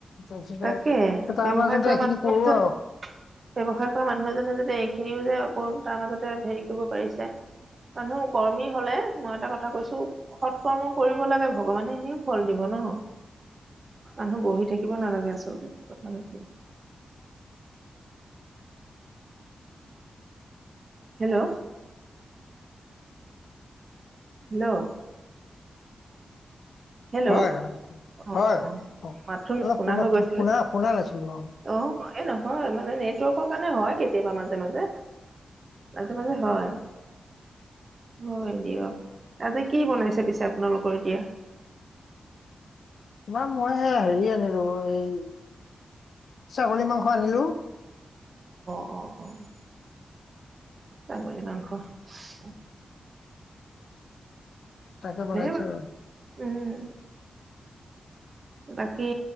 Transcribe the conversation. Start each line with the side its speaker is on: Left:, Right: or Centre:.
Left: তাৰপিছতে
Right: তাকে
Left: এটা
Right: ব্যৱসায়
Left: আমাৰ যাতে
Right: কৰা
Left: এইখিনি
Right: মানুহ
Left: কৰো
Right: এজন
Left: আৰু।
Right: ব্যৱসায় কৰা মানুহ এজনে যাতে এইখিনিও যে আকৌ তাৰ মাজতে হেৰি কৰিব পাৰিছে মানুহ কৰ্মী হলে মই এটা কথা কৈছো সৎ কৰ্ম কৰিব লাগে ভগৱানে এনেও ফল দিব ন মানুহ বহি থাকিব নালাগে আচলতে তথাপি। হেল্ল'। হেল্ল'। হেল্ল'
Left: হয়
Right: অ
Left: হয়
Right: অ
Left: হয়
Right: মাতটো নুশুনা
Left: অলপ পোনা
Right: হৈ গৈছিলে
Left: পোনা শুনা নাছিলো আৰু।
Right: অ এই নহয় মানে নেটৱৰ্কৰ কাৰণে হয় কেতিয়াবা মাজে মাজে মাজে মাজে হয় হয় দিয়ক আজি কি বনাইছে পিছে আপোনালোকৰ এতিয়া।
Left: তিবা মই হেৰি আনিলো এই। ছাগলী মাংস আনিলো।
Right: অহ অহ। ছাগলী মাংস। উ
Left: টাকে বনাইছো
Right: বাৰু
Left: আৰু।
Right: উম। বাকী